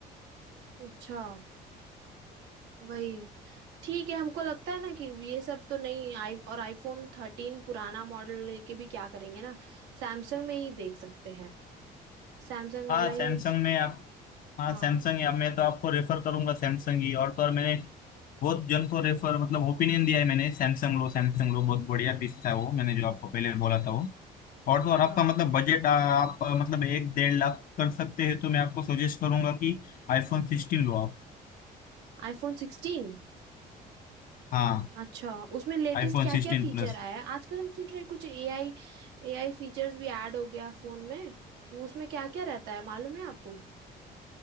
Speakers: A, on the right; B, on the left.
A: अच्छा वही ठीक है हमको लगता है ना कि ये सब तो नहीं आई और आईफोन थर्टीन पुराना मॉडल लेके भी क्या करेंगे ना सैमसंग में ही देख सकते हैं सैमसंग वाला
B: हाँ सैमसंग
A: ही
B: में आप हाँ
A: हाँ
B: सैमसंग या मैं तो आपको रेफर करूंगा सैमसंग ही और तो और मैंने बहुत जन को रेफर मतलब ओपिनियन दिया है मैंने सैमसंग लो सैमसंग लो बहुत बढ़िया पीस था वो मैंने जो आपको पहले बोला था वो और तो
A: हाँ
B: और आपका मतलब बजट आप आ, मतलब एक डेढ़ लाख कर सकते हैं तो मैं आपको सजेस्ट करूंगा कि आईफोन सिक्सटीन लो आप
A: आईफोन सिक्सटीन
B: हाँ
A: अच्छा उसमें लेटेस्ट
B: आईफोन
A: क्या
B: सिक्सटीन
A: क्या फीचर
B: प्लस
A: आया है आजकल हम सुन रहे हैं कुछ एआई एआई फीचर्स भी ऐड हो गया फोन में वो उसमें क्या क्या रहता है मालूम है आपको